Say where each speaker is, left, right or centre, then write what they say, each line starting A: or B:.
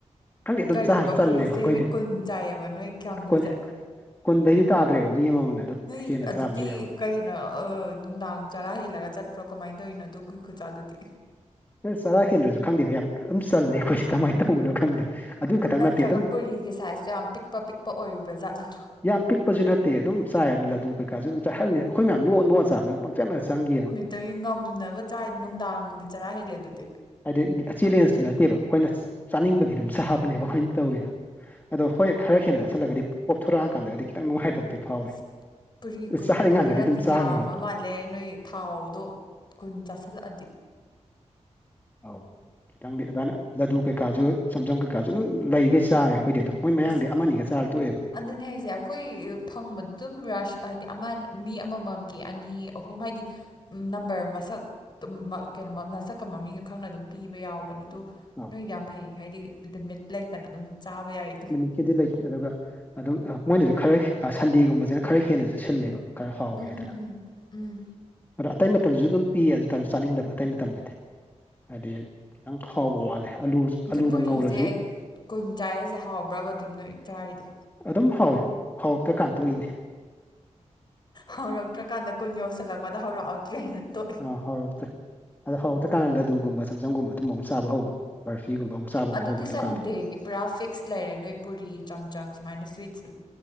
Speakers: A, on the left; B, on the left.
A: ꯈꯪꯗꯦ ꯑꯗꯨꯝ
B: ꯀꯔꯤꯕ
A: ꯆꯥꯔ ꯆꯜꯂꯦꯕ
B: ꯄꯨꯔꯤꯁꯦ
A: ꯑꯩꯈꯣꯏꯗꯤ
B: ꯀꯨꯟ ꯆꯥꯏꯌꯦꯕ ꯅꯣꯏ ꯀꯥꯡꯒꯨꯁꯦ
A: <unintelligible> ꯀꯣꯟ ꯀꯨꯟꯗꯒꯤ ꯇꯥꯗ꯭ꯔꯦꯕ ꯃꯤ ꯑꯃꯃꯝꯅ
B: ꯅꯣꯏ
A: ꯍꯦꯟꯅ
B: ꯑꯗꯨꯗꯤ
A: ꯆꯥꯕꯁꯨ ꯌꯥꯎꯋꯦ
B: ꯀꯩ ꯔꯥ ꯑ ꯅꯨꯡꯗꯥꯡ ꯆꯔꯥ ꯍꯦꯜꯂꯒ ꯆꯠꯄ꯭ꯔꯣ ꯀꯃꯥꯏꯟ ꯇꯧꯏꯅꯣ ꯑꯗꯨꯒꯤ ꯈꯨꯆꯥꯗꯨꯗꯤ
A: ꯑꯦ ꯆꯔꯥ ꯍꯦꯟꯗ꯭ꯔꯁꯨ ꯈꯪꯗꯦꯕ ꯌꯥꯝ ꯑꯗꯨꯝ ꯆꯜꯂꯦ ꯑꯩꯈꯣꯏꯁꯦ ꯀꯃꯥꯏꯟ ꯇꯧꯕꯅꯣ ꯈꯪꯗꯦ ꯑꯗꯨ ꯈꯛꯇꯪ
B: ꯅꯠꯇ꯭ꯔꯒ
A: ꯅꯠꯇꯦ ꯑꯗꯨꯝ
B: ꯄꯨꯔꯤꯒꯤ ꯁꯥꯏꯖꯇꯣ ꯌꯥꯝ ꯄꯤꯛꯄ ꯄꯤꯛꯄ ꯑꯣꯏꯕ ꯖꯥꯠꯂ
A: ꯌꯥꯝ ꯄꯤꯛꯄꯁꯨ ꯅꯠꯇꯦ ꯑꯗꯨꯝ ꯆꯥꯏ ꯑꯗꯣ ꯂꯥꯗꯨ ꯀꯩꯀꯥꯖꯨ ꯑꯗꯨꯝ ꯆꯥꯏ ꯈꯪꯗꯦ ꯑꯩꯈꯣꯏ ꯃꯌꯥꯝ ꯅꯣꯛꯑ ꯅꯣꯛꯑ ꯆꯥꯕꯗꯟ ꯄꯪꯆꯝꯗ ꯆꯪꯈꯤ
B: <unintelligible> ꯒꯤ ꯉꯝꯅꯕ ꯆꯥꯏ ꯅꯨꯡꯗꯥꯡꯗꯤ ꯆꯔꯥ ꯍꯦꯜꯂꯦ ꯑꯗꯨꯗꯤ
A: ꯍꯥꯏꯗꯤ ꯆꯦꯂꯦꯟꯖꯇꯨ ꯅꯠꯇꯦꯕ ꯑꯩꯈꯣꯏꯅ ꯆ ꯆꯥꯅꯤꯡꯕꯒꯤ ꯑꯗꯨꯝ ꯆꯥꯕꯅꯦꯕ ꯑꯩꯈꯣꯏꯅ ꯇꯧꯔꯤꯗꯣ ꯑꯗꯣ ꯍꯣꯏ ꯈꯔ ꯍꯦꯟꯅ ꯆꯥꯁꯤꯜꯂꯒꯗꯤ ꯄ ꯄꯣꯝꯊꯣꯔꯑꯀꯥꯟꯗꯗꯤ ꯈꯤꯇꯪ ꯅꯨꯡꯉꯥꯏꯇꯕꯗꯤ ꯐꯥꯎꯋꯤ
B: ꯑꯁ ꯄꯨꯔꯤ ꯀꯨꯟꯗꯤ
A: ꯆꯥꯔꯤꯀꯥꯟꯗꯗꯤ
B: ꯈꯔꯗꯤ
A: ꯑꯗꯨꯝ ꯆꯥꯈꯤꯕ
B: ꯌꯥꯝꯕ ꯃꯥꯜ ꯂꯦ ꯅꯣꯏꯒꯤ ꯊꯥꯎꯗꯣ ꯀꯨꯟ ꯆꯥꯁꯤꯜꯂꯛꯑꯗꯤ
A: ꯑꯧ ꯈꯤꯇꯪꯗꯤ ꯑꯗꯨꯃꯥꯏꯅ ꯂꯥꯗꯨ ꯀꯩꯀꯥꯁꯨ ꯆꯝꯆꯝ ꯀꯩꯀꯥꯁꯨ ꯑꯗꯨꯝ ꯂꯩꯒꯩ ꯆꯥꯔꯦ ꯑꯩꯈꯣꯏꯗꯤ ꯑꯗꯨꯝ ꯃꯣꯏ ꯃꯌꯥꯡꯗꯤ
B: ꯑꯁ
A: ꯑꯃꯅꯤꯒ ꯆꯥꯔ ꯇꯣꯛꯑꯦꯕ
B: ꯑꯗꯨꯅꯦ ꯍꯥꯏꯁꯦ ꯑꯩꯈꯣꯏ ꯐꯪꯕ ꯑꯗꯨꯝ ꯔꯁ ꯍꯥꯏꯗꯤ ꯑꯃ ꯃꯤ ꯑꯃꯃꯝꯒꯤ ꯑꯅꯤ ꯑꯍꯨꯝ ꯍꯥꯏꯗꯤ ꯅꯝꯕꯔ ꯃꯁꯛ ꯇꯨꯝꯃꯥ ꯀꯣꯅꯣ ꯃ ꯃꯁꯛꯀ ꯃꯃꯤꯡꯒ ꯈꯪꯅ ꯑꯗꯨꯝ ꯄꯤꯕ ꯌꯥꯎꯕꯅꯦ ꯑꯗꯨ
A: ꯑꯣ
B: ꯅꯣꯏꯗꯤ ꯌꯥꯝ ꯐꯩ ꯍꯥꯏꯗꯤ ꯂꯤꯃꯤꯠ ꯂꯩꯇꯅ ꯑꯗꯨꯝ ꯆꯥꯕ ꯌꯥꯏ
A: ꯅꯨꯃꯤꯠꯀꯤꯗꯤ ꯂꯩꯇꯦ ꯑꯗꯨꯒ ꯑꯗꯨꯝ ꯑꯥ ꯃꯣꯏꯅꯁꯨ ꯈꯔ ꯁꯟꯗꯦꯒꯨꯝꯕꯁꯤꯅ ꯈꯔ ꯍꯦꯟꯅꯁꯨ ꯁꯤꯜꯂꯦꯕ ꯈꯔ ꯍꯥꯎꯋꯤ
B: ꯎꯝ
A: ꯍꯥꯏꯗꯅ
B: ꯎꯝ ꯎꯝ ꯎꯝ
A: ꯑꯗꯣ ꯑꯇꯩ ꯃꯇꯝꯗꯨꯁꯨ ꯑꯗꯨꯝ ꯄꯤꯌꯦ ꯑꯗꯨ ꯇꯥꯔꯁꯨ ꯆꯥꯅꯤꯡꯗꯕ ꯑꯇꯩ ꯃꯇꯝꯗꯗꯤ ꯍꯥꯏꯗꯤ ꯈꯤꯇꯪ ꯍꯥꯎꯕ ꯋꯥꯠꯂꯦ ꯑꯂꯨ
B: ꯑꯗꯨ
A: ꯑꯂꯨꯗ
B: ꯄꯨꯔꯤꯁꯦ
A: ꯉꯧꯔꯁꯨ
B: ꯀꯨꯟ ꯆꯥꯔꯤꯁꯦ ꯍꯥꯎꯕ꯭ꯔꯥꯕ ꯑꯗꯨꯝ ꯅꯣꯏ ꯆꯥꯔꯤꯗꯣ
A: ꯑꯗꯨꯝ ꯍꯥꯎꯏ ꯍꯥꯎꯔꯛꯇ ꯀꯥꯟꯇꯣꯛꯏꯅꯦ
B: ꯍꯧꯔꯛꯇ꯭ꯔꯀꯥꯟꯗ ꯀꯨꯟ ꯌꯧꯁꯤꯜꯂꯛꯄꯗ ꯍꯧꯔꯛꯑꯗ꯭ꯔꯦꯅ ꯇꯣꯛ
A: ꯑ ꯍꯧꯔꯛꯇ꯭ꯔꯦ ꯑꯗꯣ ꯍꯧꯔꯛꯇ꯭ꯔꯀꯥꯟꯗ ꯂꯗꯨꯒꯨꯝꯕ ꯆꯝꯆꯝꯒꯨꯝꯕ ꯑꯗꯨꯝ ꯆꯥꯕ ꯍꯧꯕ ꯕꯔꯐꯤꯒꯨꯝꯕ ꯑꯃꯨꯛ ꯆꯥꯕ ꯑꯃꯨꯛ
B: ꯑꯗꯨꯗꯤ
A: ꯍꯧꯕ ꯑꯗꯨꯀꯥꯟꯗ
B: ꯁꯟꯗꯦꯒꯤ ꯄꯨꯔꯥ ꯐꯤꯛꯁ ꯂꯩꯔꯦ ꯅꯣꯏ ꯄꯨꯔꯤ ꯆꯝꯆꯝ ꯁꯨꯃꯥꯏꯅ ꯁ꯭ꯋꯤꯠꯁ